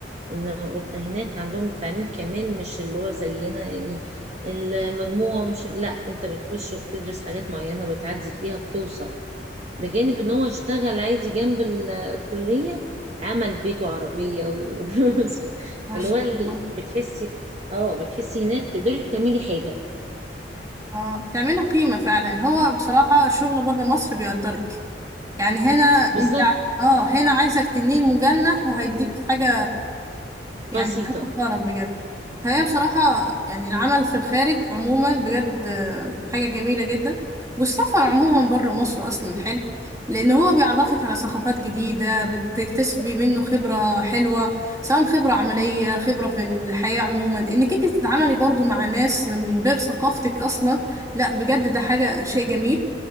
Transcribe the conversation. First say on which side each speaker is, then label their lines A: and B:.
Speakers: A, on the right; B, on the right.
A: إن هناك عندهم التعليم كمان مش اللي هو زينا يعني المجموعة مش لا أنت بتخش وبتدرس حاجات معينة وبتعدي فيها بتوصل بجانب إن هو اشتغل عادي جنب ال- الكلية عمل بيت وعربية و- <laughs> وفلوس
B: ما
A: اللي
B: شاء
A: هو ال-
B: الله
A: بتحسي اه بتحسي هناك تقدري تعملي حاجة
B: اه بتعملي قيمة فعلا هو بصراحة الشغل بره مصر بيقدرك يعني هنا
A: بالظبط
B: انت ع- اه هنا عايزك تنين مجنح وهيديك حاجة يعني
A: بسيطة
B: أنا فخورة بجد فهي بصراحة يعني العمل في الخارج عموما بجد آه، حاجة جميلة جدا والسفر عموما بره مصر أصلا حلو لأن هو بيعرفك على ثقافات جديدة بتكتسبي منه خبرة حلوة سواء خبرة عملية خبرة في الحياة عموما إنك أنت تتعاملي برضو مع ناس من غير ثقافتك أصلا لا بجد ده حاجة شيء جميل